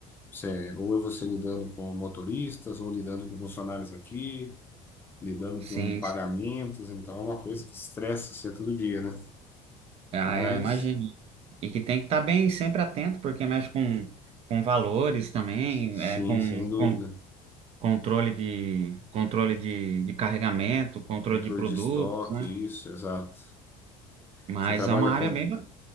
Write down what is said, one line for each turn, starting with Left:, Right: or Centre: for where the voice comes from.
Left: você, ou é você lidando com motoristas, ou lidando com funcionários aqui, lidando
Right: Sim,
Left: com pagamentos.
Right: sim.
Left: Então, é uma coisa que estressa você todo dia, né?
Right: Ah,
Left: Mas,
Right: eu imagino. E que tem que estar bem, sempre atento, porque mexe com, com valores também,
Left: sim,
Right: é, com,
Left: sem dúvida.
Right: com controle de, controle de, de carregamento, controle
Left: Controle
Right: de produtos,
Left: de estoque,
Right: né?
Left: isso, exato.
Right: Mas
Left: Você trabalha
Right: é uma área
Left: com.
Right: bem, ba-